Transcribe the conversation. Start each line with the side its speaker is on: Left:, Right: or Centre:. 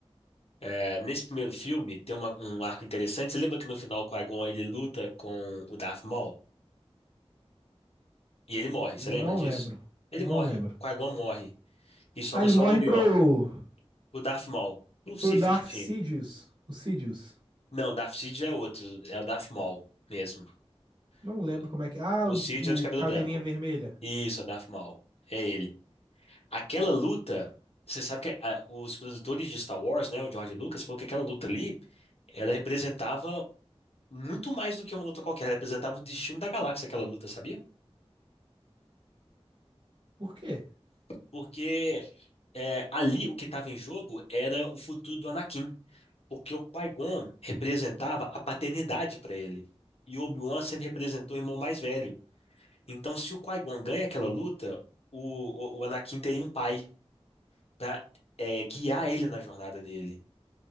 Left: é, nesse primeiro filme tem uma- um arco interessante, você lembra que no final o Qui-Gon ele luta com o Darth Maul? E ele morre,
Right: Não
Left: você lembra disso?
Right: lembro,
Left: Ele
Right: não
Left: morre,
Right: lembro.
Left: o Qui-Gon morre, e sobra
Right: Ah, ele
Left: só
Right: morre
Left: o Obi-Wan,
Right: pro,
Left: o Darth Maul, o Sith
Right: pro Darth
Left: que tinha.
Right: Sidious, o Sidious.
Left: Não, Darth Sid é outro, é o Darth Maul mesmo.
Right: Não lembro
Left: O
Right: como é que... Ah,
Left: o
Right: o,
Left: Sid é o de cabelo
Right: o Caveirinha
Left: branco.
Right: Vermelha.
Left: Isso, é o Darth Maul. É ele. Aquela luta, você sabe que ah, os produtores de Star Wars, né, o George Lucas, falou que aquela luta ali, ela representava muito mais do que uma luta qualquer, ela representava o destino da galáxia, aquela luta, sabia?
Right: Por quê?
Left: Porque é, ali o que estava em jogo era o futuro do Anakin, porque o Qui-Gon representava a paternidade para ele, e o Obi-Wan sempre representou o irmão mais velho. Então, se o Qui-Gon ganha aquela luta, o, o, o Anakin teria um pai para guiar ele na jornada dele.